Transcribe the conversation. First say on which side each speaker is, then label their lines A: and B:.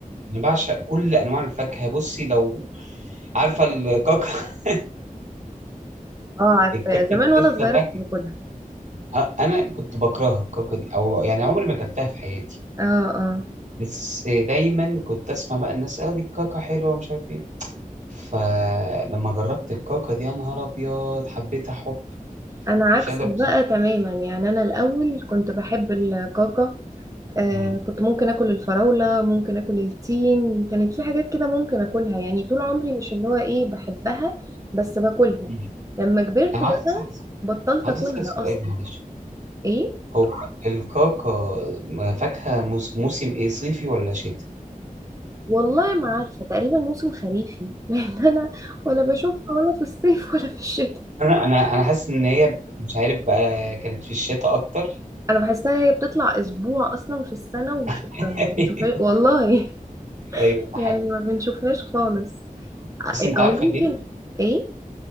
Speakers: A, on the right; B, on the right.
A: انا بعشق كل انواع الفاكهه بصي لو عارفه الكاكا <laughs>
B: اه عارفه
A: الكاكا
B: زمان
A: دي
B: وانا
A: لسه
B: صغيره
A: فاكهه
B: كنت باكلها
A: أ- انا كنت بكرهها الكاكا دي او يعني عمري ما اكلتها في حياتي
B: اه اه
A: بس دايما كنت اسمع بقى الناس اه دي الكاكا حلوه ومش عارف ايه فلما جربت الكاكا دي يا نهار ابيض حبيتها حب
B: انا عكسك
A: مش قادر
B: بقى
A: أوصف.
B: تماما يعني انا الاول كنت بحب الكاكا آه
A: مم.
B: كنت ممكن اكل الفراوله ممكن اكل التين كانت في حاجات كده ممكن اكلها يعني طول عمري مش اللي هو ايه بحبها بس باكلها
A: مم.
B: لما كبرت
A: انا
B: بقى
A: عايز أسأل-
B: بطلت
A: عايز
B: اكلها
A: اسال سؤال
B: اصلا
A: معلش
B: ايه
A: هو الكاكا فاكهه موس- موسم ايه صيفي ولا شتاء
B: والله ما عارفة تقريبا موسم خريفي <laughs> لأن أنا ولا بشوفها ولا في الصيف ولا في الشتاء
A: انا انا أنا حاسس ان هي مش عارف بقى كانت في الشتاء اكتر
B: أنا بحسها هي بتطلع أسبوع أصلا في السنة وشكرا
A: <laughs>
B: ما بنشوفهاش والله <laughs>
A: ايوه ده حقيقي
B: يعني ما بنشوفهاش خالص
A: بس انت
B: أو
A: عارفه
B: يمكن
A: ليه
B: إيه